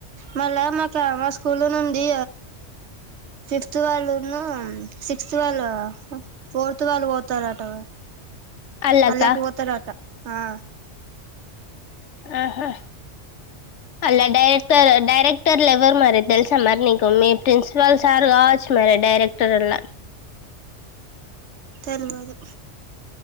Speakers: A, on the right; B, on the left.
A: మళ్ళా మాకు మా స్కూల్ నుండి ఫిఫ్త్ వాళ్ళును సిక్స్త్ వాళ్ళు ఫోర్త్ వాళ్ళు పోతారట
B: అల్లక
A: అళ్ళకి పోతారట ఆ
B: ఆహా అలా డైరెక్టర్ డైరెక్టర్లు ఎవరు మరి తెలుసా మరి నీకు మీ ప్రిన్సిపల్ సార్ కావచ్చు మరి డైరెక్టర్ అలా
A: తెలియదు